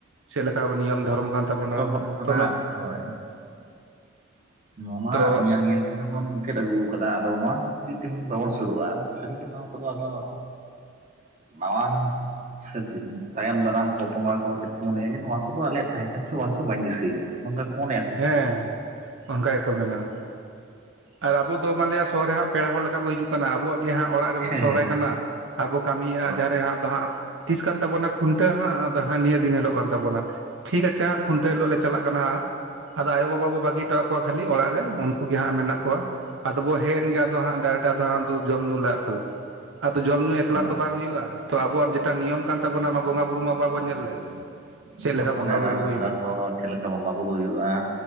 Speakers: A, on the right (about 70°); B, on the right (about 35°).
A: ᱪᱮᱫ ᱞᱮᱠᱟᱚ ᱱᱤᱭᱚᱢ ᱫᱷᱚᱨᱚᱢ ᱠᱟᱱ ᱛᱟᱵᱚᱱᱟ
B: ᱮᱛᱚᱦᱚᱵ ᱠᱷᱚᱱᱟᱜ
A: ᱛᱚ ᱱᱚᱣᱟ,
B: ᱦᱳᱭ ᱱᱚᱣᱟ ᱢᱟ
A: ᱛᱚ
B: ᱧᱮᱞ ᱧᱮᱞ ᱛᱮᱜᱮ ᱵᱚᱱ ᱢᱩᱪᱟᱹᱫ ᱟᱹᱜᱩ ᱟᱠᱟᱫᱟ ᱟᱫᱚ ᱱᱚᱣᱟ ᱠᱷᱟᱹᱛᱤᱨ ᱛᱮᱦᱮᱧ ᱵᱟᱵᱚᱱ ᱥᱩᱨᱩᱜᱼᱟ, ᱥᱟᱹᱨᱤ ᱠᱟᱛᱷᱟ ᱱᱚᱣᱟ ᱠᱚᱫᱚ ᱟᱫᱚ, ᱱᱟᱣᱟᱱ ᱥᱮ ᱛᱟᱭᱚᱢ ᱫᱟᱨᱟᱢ ᱯᱚ-ᱯᱚᱝᱲᱟ ᱠᱚᱫᱚ ᱪᱮᱫ ᱠᱚ ᱢᱚᱱᱮᱭᱟ ᱡᱮ ᱱᱚᱣᱟ ᱠᱚᱫᱚ ᱟᱞᱮᱭᱟᱜ ᱛᱟᱦᱮᱸ ᱠᱟᱱ ᱪᱚ ᱵᱟᱝ ᱪᱚ ᱵᱟᱭ ᱫᱤᱥᱟᱹᱭᱮᱫᱟ, ᱱᱚᱠᱟ ᱜᱮᱠᱚ ᱢᱚᱱᱮᱭᱟ, ᱥᱮ
A: ᱦᱮᱸ ᱚᱱᱠᱟ ᱜᱮᱠᱚ ᱢᱮᱱᱟ ᱟᱨ ᱟᱵᱚ ᱫᱚ ᱢᱟᱱᱮᱭᱟ ᱥᱚᱦ ᱦᱟᱸᱜ, ᱯᱮᱲᱟ ᱦᱚᱲ ᱞᱮᱠᱟ ᱵᱚᱱ ᱦᱤᱡᱩᱜ ᱠᱟᱱᱟ ᱟᱵᱚᱣᱟᱜ ᱜᱮ ᱚᱲᱟᱜ ᱨᱮᱵᱚ
B: ᱦᱮᱸ
A: ᱥᱚᱦᱨᱟᱭ ᱠᱟᱱᱟ ᱟᱨᱵᱚ ᱠᱟᱹᱢᱤᱭᱮᱫᱼᱟ
B: ᱦᱳᱭ
A: ᱡᱟᱦᱟᱸᱨᱮ ᱦᱟᱸᱜ ᱫᱚ ᱦᱟᱸᱜ, ᱛᱤᱥ ᱠᱟᱱ ᱛᱟᱵᱚᱱᱟ ᱠᱷᱩᱱᱴᱟᱹᱣ ᱦᱟᱸᱜ ᱟᱫᱚ ᱱᱤᱭᱟᱹ ᱫᱤᱱ ᱦᱤᱞᱳᱜ ᱠᱟᱱ ᱛᱟᱵᱚᱱᱟ, ᱴᱷᱤᱠ ᱟᱪᱷᱮ ᱦᱟᱜ ᱠᱷᱩᱱᱴᱭᱟᱹ ᱦᱤᱞᱜ ᱞᱮ ᱪᱟᱞᱟᱜ ᱠᱟᱱᱟ ᱦᱟᱸᱜ ᱟᱫᱚ ᱟᱭᱳᱵᱟᱵᱟ ᱵᱚ ᱵᱟᱹᱜᱤ ᱦᱚᱴᱚᱟᱠᱚᱣᱟ ᱠᱷᱟᱹᱞᱤ ᱚᱲᱟᱜ ᱨᱮ ᱩᱱᱠᱩ ᱜᱮ ᱦᱟᱸᱜ ᱢᱮᱱᱟᱜ ᱠᱚᱣᱟ, ᱟᱫᱚ ᱵᱚ ᱦᱮᱡ ᱮᱱ ᱜᱮ ᱟᱫᱚ ᱦᱟᱸᱜ ᱰᱟᱭᱨᱮᱴ ᱟᱫᱚ ᱦᱟᱜ ᱫᱩ ᱡᱚᱢ ᱧᱩ ᱞᱟᱜᱟᱜ ᱠᱟᱱᱟ, ᱟᱫᱚ ᱡᱚᱢ ᱧᱩ ᱮᱠᱞᱟ
B: ᱦᱳᱭ
A: ᱛᱚ ᱵᱟᱝ ᱦᱩᱭᱩᱜᱼᱟ ᱛᱚ ᱟᱵᱚᱣᱟᱜ ᱡᱮᱴᱟ ᱱᱤᱭᱚᱢ ᱠᱟᱱ ᱛᱟᱵᱚᱱᱟ ᱚᱱᱟ ᱵᱚᱸᱜᱟᱼ ᱵᱩᱨᱩ ᱢᱟ ᱵᱟᱵᱚᱱ ᱧᱮᱞ ᱞᱮᱫ, ᱪᱮᱫ ᱞᱮᱠᱟ
B: ᱦᱚᱯᱚᱱ
A: ᱵᱚᱸᱜᱟ
B: ᱮᱨᱟ
A: ᱵᱩᱨᱩ
B: ᱢᱤᱥᱨᱟ
A: ᱦᱩᱭᱱᱟ
B: ᱠᱚ ᱪᱮᱞᱮᱠᱟ, ᱵᱚᱸᱜᱟ ᱵᱩᱨᱩ ᱦᱩᱭᱩᱜᱼᱟ